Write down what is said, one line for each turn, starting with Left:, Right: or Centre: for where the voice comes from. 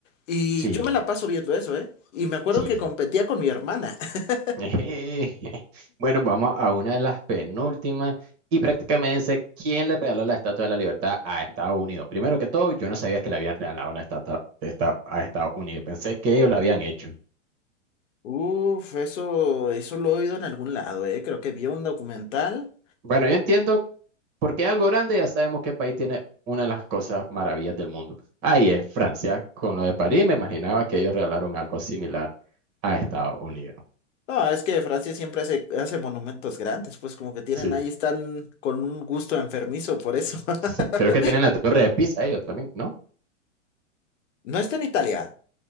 Left: y
Right: Sí,
Left: yo me la paso viendo eso, ¿eh? Y me acuerdo
Right: sí.
Left: que competía con mi hermana. <laughs>
Right: <laughs> Bueno, vamos a una de las penúltimas. Y prácticamente dice, quién le regaló la Estatua de la Libertad a Estados Unidos. Primero que todo, yo no sabía que le habían regalado la estatua de esta- a Estados Unidos. Pensé que ellos la habían hecho.
Left: Uf, eso, eso lo he oído en algún lado, ¿eh? Creo que vi un documental.
Right: Bueno, yo entiendo por qué algo grande, ya sabemos que el país tiene una de las cosas maravillas del mundo. Ahí es Francia, con lo de París, me imaginaba que ellos regalaron algo similar a Estados Unidos.
Left: No, es que Francia siempre hace, hace monumentos grandes, pues como que tienen
Right: Sí.
Left: ahí, están con un gusto enfermizo por eso. <laughs>
Right: Sí, Creo que tienen la torre de Pisa ellos también, ¿no?
Left: No está en Italia.